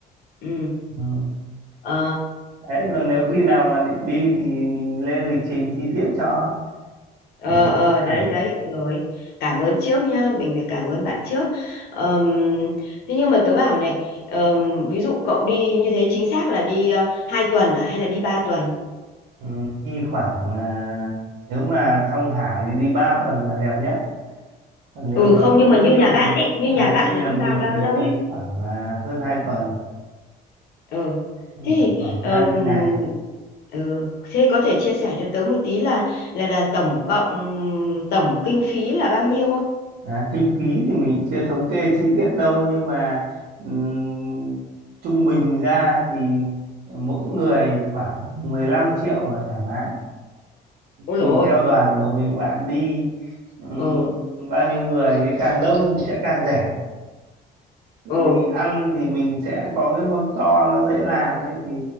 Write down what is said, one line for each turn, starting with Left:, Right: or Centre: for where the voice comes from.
Left: ừ
Right: Ừ.
Left: ờ
Right: đấy còn nếu khi
Left: ừ.
Right: nào mà định đi thì mình lên lịch trình chi tiết cho
Left: ờ
Right: để mà
Left: ờ
Right: tham khảo
Left: đấy đấy rồi cảm ơn trước nhá mình phải cảm ơn bạn trước Ờm, thế nhưng mà tớ bảo này ờm, ví dụ cậu đi như thế chính xác là đi uh, 2 tuần à hay là đi ba tuần
Right: ừ, đi khoảng à, nếu mà thong thả thì đi 3 tuần là đẹp nhất còn nếu
Left: ừ
Right: mà
Left: không
Right: không
Left: nhưng mà
Right: có
Left: như
Right: nhiều
Left: nhà bạn
Right: thì
Left: ấy như
Right: à,
Left: nhà bạn
Right: như
Left: là
Right: nhà
Left: đi
Right: mình
Left: bao bao
Right: thì
Left: lâu
Right: đi
Left: ấy
Right: khoảng à, hơn hai tuần
Left: ừ
Right: Ừ.
Left: thế thì
Right: khoảng
Left: ờ,
Right: hai mươi
Left: ừm,
Right: ngày
Left: ừ, thế có thể chia sẻ cho tớ một tí là là là tổng cộng ừm, tổng kinh phí là bao nhiêu không
Right: À, kinh phí thì mình chưa thống kê chi tiết đâu nhưng mà ừm, trung bình ra thì mỗi người khoảng 15 triệu là thoải mái
Left: ôi dồi
Right: tùy theo
Left: ôi
Right: đoàn của mình bạn đi ừm,
Left: ừ
Right: bao nhiêu người thì càng đông thì sẽ càng rẻ Tại
Left: ừ
Right: vì ăn thì mình sẽ có cái mâm to nó dễ làm ấy thì